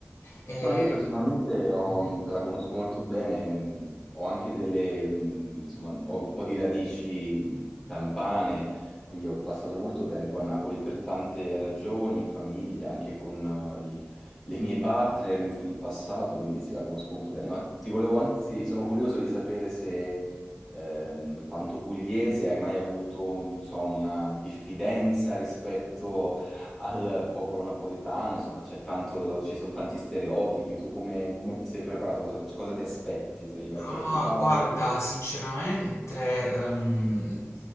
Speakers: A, on the left (about 75°); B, in the centre.
A: Ehm,
B: No, io personalmente ho-
A: mhm.
B: la conosco molto bene, mh, ho anche delle, mh, insomma, ho un po' di radici mh, campane, quindi ho passato molto tempo a Napoli per tante ragioni, in famiglia, anche con eh, i- le mie partner in, in passato, quindi sì, la conosco molto bene. Ma ti volevo anzi, sono curioso di sapere se, ehm, quanto pugliese, hai mai avuto, non so, una diffidenza rispetto al popolo napoletano, insomma, c'è tanto, ci sono tanti stereotipi. Tu come, come ti sei preparato? Cosa, cosa ti aspetti? Sei, vai preoccupato?
A: Ah, guarda,
B: Vai...
A: sinceramente, ehm,